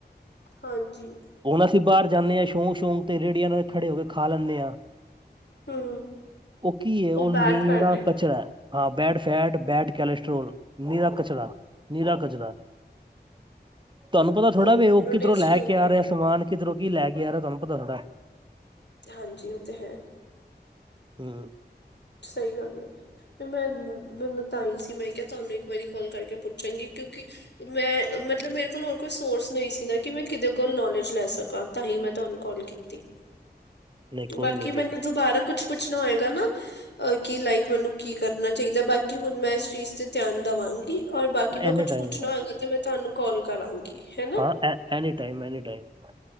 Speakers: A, on the left; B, on the right.
A: ਹਾਂਜੀ
B: ਹੁਣ ਅਸੀਂ ਬਾਰ ਜਾਂਦੇ ਹਾਂ ਸ਼ੌਂਕ-ਸ਼ੌਂਕ ਤੇ ਰੇਹੜੀਆਂ ਨਾਲ ਖੜੇ ਹੋ ਕੇ ਖਾ ਲੈਂਨੇ ਹਾਂ।
A: ਹਮ
B: ਉਹ ਕੀ ਹੈ ਉਹ
A: ਬੈਟ
B: ਨੀਰਾ
A: ਫੈਟ
B: ਕਚਰਾ। ਹਾਂ ਬੈਡ ਫੈਟ, ਬੈਡ ਕੈਲੇਸਟ੍ਰੋਲ ਨੀਰਾ ਕਚਰਾ ਨੀਰਾ ਕਚ ਤੁਹਾਨੂੰ ਪਤਾ ਥੋੜਾ
A: ਹਮ
B: ਵੇ ਉਹ
A: ਚਲੋ
B: ਕਿਧਰੋਂ
A: ਟੇਸਟੀ
B: ਲੈ
A: ਹੁੰਦਾ
B: ਕੇ ਆ
A: ਹੈ
B: ਰਿਹਾ ਸਮਾਨ ਕਿਧਰੋਂ ਕੀ ਲੈ ਕੇ ਆ ਰਹੇ ਤੁਹਾਨੂੰ ਪਤਾ ਥੋੜਾ।
A: ਹਾਂਜੀ ਉਹ ਤੇ ਹੈ।
B: ਹੂੰ।
A: ਸਈ ਗੱਲ ਏ ਮੈਂ ਮ ਬੀ ਮੈਂ ਤਾਂ ਆਈ ਸੀ, ਮੈਂ ਕਿਆ ਤੁਆਨੂੰ ਇੱਕ ਵਾਰੀ ਕੌਲ ਕਰਕੇ ਪੁੱਛਾਂਗੀ ਕਿਉਂਕਿ ਮੈਂ ਮਤਲਬ ਮੇਰੇ ਕੋਲ ਹੋਰ ਕੋਈ ਸੋਰਸ ਨਈ ਸੀ ਮੈਂ ਕਿਵੇ ਕਿਦੇ ਕੋਲ ਨੋਲੇਜ਼ ਲੈ ਸਕਾ ਤਾਂ ਹੀ ਮੈਂ ਤੁਹਾਨੂੰ ਕੌਲ ਕੀਤੀ।
B: ਨਹੀਂ ਕੋਈ
A: ਬਾਕੀ
B: ਨਹੀਂ
A: ਮੈਨੂੰ
B: ਜੀ
A: ਦੁਬਾਰਾ ਕੁੱਛ ਪੁੱਛਨਾ ਹੋਏਗਾ ਨਾ ਅ ਕੀ ਲਾਈਕ ਮੈਨੂੰ ਕੀ ਕਰਨਾ ਚਾਈਦਾ ਏ, ਬਾਕੀ ਹੁਣ ਮੈ ਇਸ ਚੀਜ਼ ਤੇ ਧਿਆਨ ਦਵਾਂਗੀ। ਔਰ ਬਾਕੀ ਮੈਂ
B: ਐਨੀ
A: ਕੁੱਛ
B: ਟਾਈਮ
A: ਪੁੱਛਨਾ ਹੋਏਗਾ ਤੇ ਮੈਂ ਤੁਆਨੂੰ ਕੌਲ ਕਰਾਂਗੀ। ਹੈ ਨਾ
B: ਹਾਂ, ਅ ਐਨੀ ਟਾਈਮ, ਐਨੀ ਟਾਈਮ।